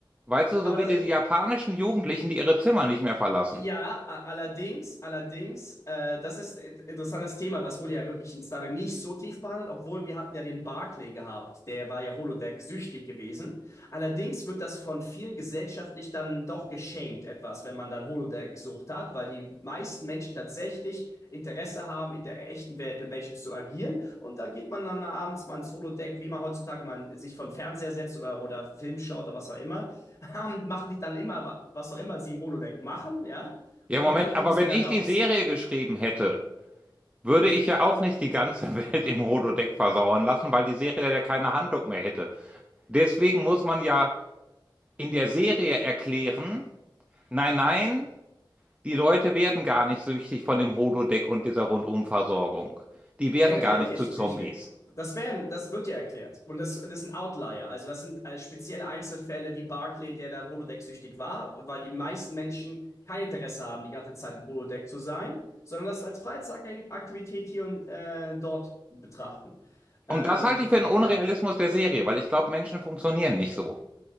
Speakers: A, on the right; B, on the left.
A: Weißt du,
B: Aber
A: so
B: das,
A: wie diese japanischen Jugendlichen, die ihre Zimmer nicht mehr verlassen.
B: Ja, a- allerdings, allerdings, äh, das ist ein interessantes Thema. Das wurde ja wirklich in Star nicht so tief behandelt, obwohl wir hatten ja den Barclay gehabt. Der war ja Holodeck-süchtig gewesen. Allerdings wird das von vielen gesellschaftlich dann doch geschämt etwas, wenn man dann Holodeck-Sucht hat, weil die meisten Menschen tatsächlich Interesse haben, in der echten Welt mit Menschen zu agieren. Und da geht man dann abends mal ins Holodeck, wie man heutzutage man sich von Fernseher setzt oder, oder Film schaut oder was auch immer <laughs> und machen die dann immer, was auch immer sie im Holodeck machen, ja,
A: Ja,
B: und
A: Moment,
B: dann kommen
A: aber
B: sie
A: wenn
B: wieder
A: ich
B: raus.
A: die Serie geschrieben hätte, würde ich ja auch nicht die ganze <laughs> Welt im Holodeck versauern lassen, weil die Serie dann ja keine Handlung mehr hätte. Deswegen muss man ja in der Serie erklären, nein, nein, die Leute werden gar nicht süchtig von dem Holodeck und dieser Rundumversorgung. Die werden
B: Generell
A: gar nicht
B: nicht,
A: zu Zombies.
B: richtig. Das werden, das wird ja erklärt. Und das, und das sind Outlier. Also das sind äh, spezielle Einzelfälle wie Barclay, der da Holodeck-süchtig war, weil die meisten Menschen kein Interesse haben, die ganze Zeit im Holodeck zu sein, sondern das als Freizeitaktivität hier und äh, dort betrachten. Ähm,
A: Und das halte ich für einen Unrealismus
B: ja.
A: der Serie, weil ich glaube, Menschen funktionieren nicht so.